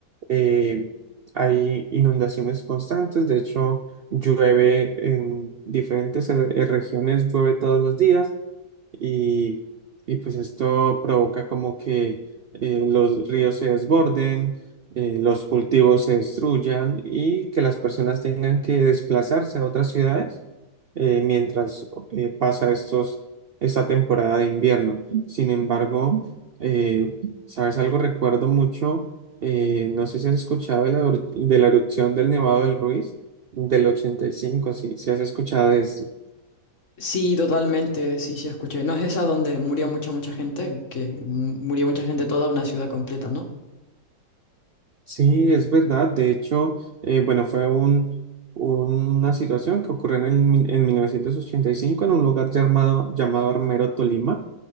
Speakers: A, on the right; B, on the left.
A: eh, hay inundaciones constantes. De hecho, llueve en diferentes eh, regiones, llueve todos los días y, y pues esto provoca como que eh, los ríos se desborden, eh, los cultivos se destruyan y que las personas tengan que desplazarse a otras ciudades eh, mientras eh, pasa estos, esta temporada de invierno. Sin embargo, eh, ¿sabes algo? Recuerdo mucho, eh, no sé si has escuchado de la, de la erupción del Nevado del Ruiz del 85. si, si has escuchado de esto.
B: Sí, totalmente, sí, sí, escuché. No es esa donde murió mucha, mucha gente, que mu- murió mucha gente, toda una ciudad completa, ¿no?
A: Sí, es verdad. De hecho, eh, bueno, fue un, una situación que ocurrió en, el mil- en 1985 en un lugar llamado, llamado Armero, Tolima.